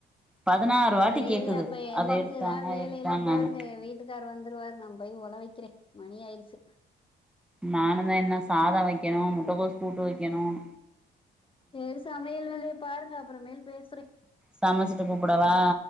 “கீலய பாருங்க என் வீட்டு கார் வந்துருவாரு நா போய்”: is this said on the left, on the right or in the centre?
Left